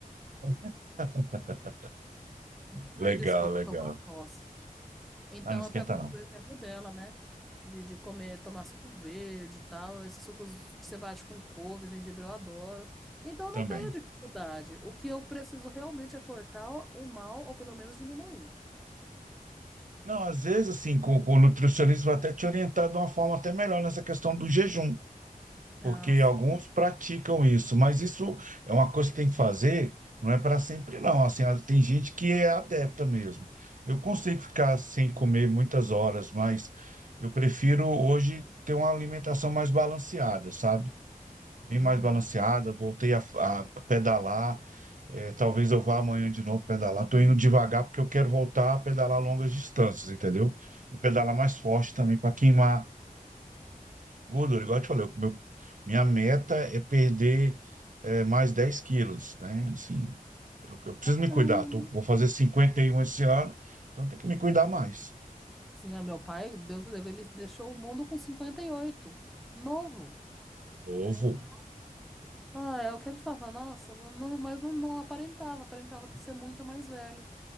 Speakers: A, on the right (about 60°); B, in the centre.
A: <laughs>
B: Ai,
A: Legal,
B: desculpa,
A: legal.
B: eu tô com a tosse. Então,
A: Ah, não esquenta
B: eu pego muito
A: não.
B: o exemplo dela, né? De, de comer, tomar suco verde e tal. Esses sucos que você bate com couve, gengibre, eu adoro. Então, eu
A: Também.
B: não tenho dificuldade. O que eu preciso realmente é cortar o mal, ou pelo menos diminuir.
A: Não, às vezes, assim, com, com o nutricionista vai até te orientar de uma forma até melhor nessa questão do jejum, porque
B: Ah, sim,
A: alguns praticam isso, mas isso é uma coisa que tem que fazer, não é para sempre, não. Assim, a- tem gente que é adepta mesmo. Eu consigo ficar sem comer muitas horas, mas eu prefiro hoje ter uma alimentação mais balanceada, sabe? bem
B: é
A: mais
B: melhor.
A: balanceada, voltei a, a pedalar. É, talvez eu vá amanhã de novo pedalar. Estou indo devagar porque eu quero voltar a pedalar longas distâncias, entendeu? E pedalar mais forte também para queimar gordura. Igual eu te falei, o meu- minha meta é perder é, mais 10 quilos, né? Assim, eu, eu preciso me
B: Não,
A: cuidar.
B: a minha
A: Tô-
B: mãe-
A: vou fazer 51 esse ano, então tem que
B: Sim.
A: me cuidar mais.
B: Sim, a meu pai, Deus o livre, ele deixou o mundo com 58 novo,
A: Novo,
B: né? Então, ah, é o que a gente fala, nossa, não, não- mas não, não aparentava, aparentava ter ser muito mais velho.